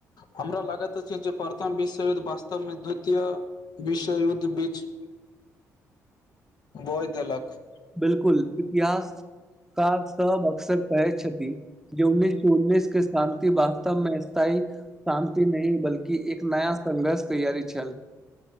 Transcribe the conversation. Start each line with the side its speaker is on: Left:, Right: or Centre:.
Left: हमरा लागैत अछि जे प्रथम विश्वयुद्ध वास्तवमें द्वितीय विश्वयुद्ध बीच
Centre: <unintelligible>
Left: बोइ देलख
Centre: बिलकुल इतिहासकार सब अक्सर क जे उन्नस सए उन्ननीस के शान्त वास्तवमें स्थायी शान्ति नहि बल्कि एक नया संघर्ष तैयारी छल